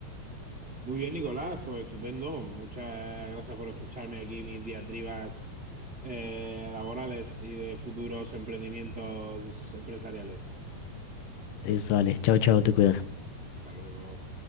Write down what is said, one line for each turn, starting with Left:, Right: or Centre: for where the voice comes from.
Right: Muy bien, Nicolás, pues estupendo. Muchas gracias por escucharme aquí mis diatribas eh, laborales y de futuros emprendimientos empresariales.
Left: Listo, vale, chao, chao, te cuidas.
Right: Hasta luego.